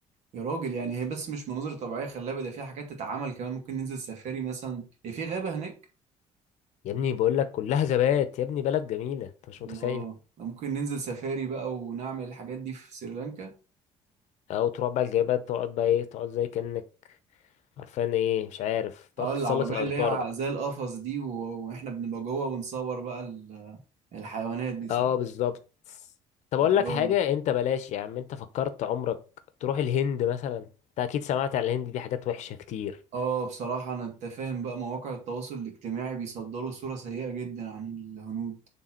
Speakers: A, on the right (about 60°); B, on the left (about 65°).
A: يا راجل يعني هي بس مش مناظر طبيعيه خلابه ده فيها حاجات تتعمل كمان ممكن ننزل سفاري مثلا هي في غابه هناك
B: يا ابني بقول لك كلها غابات يا ابني بلد جميله انت مش متخيل
A: الله ده ممكن ننزل سفاري بقى ونعمل الحاجات دي في سريلانكا
B: او تروح بقى الغابات تقعد بقى ايه تقعد زي كانك عارفان ايه مش عارف
A: اه
B: تقعد
A: العربيه
B: تتسلق الاشجار
A: اللي هي
B: بقى
A: زي القفص دي و... واحنا بنبقى جوه ونصور بقى ال... الحيوانات دي صح
B: اه بالظبط طب اقول
A: الله
B: لك حاجه انت بلاش يا عم انت فكرت عمرك تروح الهند مثلا انت اكيد سمعت عن الهند دي حاجات وحشه كتير
A: اه بصراحة أنا أنت فاهم بقى مواقع التواصل الاجتماعي بيصدروا صورة سيئة جدا عن الهنود